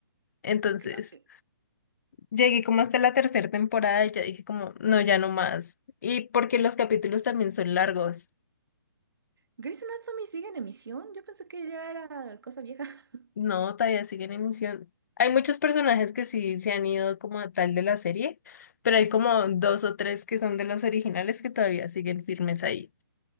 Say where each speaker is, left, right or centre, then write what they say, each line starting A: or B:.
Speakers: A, on the left; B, on the right.
A: Entonces,
B: <laughs> Ca-
A: llegué como hasta la tercera temporada y ya dije como, no, ya no más. Y porque los capítulos también son largos.
B: Grey's Anatomy sigue en emisión, yo pensé que ya era cosa vieja. <laughs>
A: No, todavía siguen en emisión. Hay muchos personajes que sí se han ido como a tal de la serie, pero hay como dos o tres que son de los originales que todavía siguen firmes ahí.